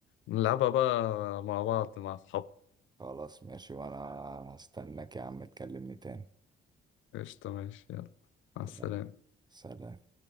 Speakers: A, on the left; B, on the right.
A: نلعبها بقى مع بعض مع أصحابك
B: خلاص ماشي وانا هستناك يا عم تكلمني تاني
A: قشطة ماشي يلا مع السلامة
B: يلا سلام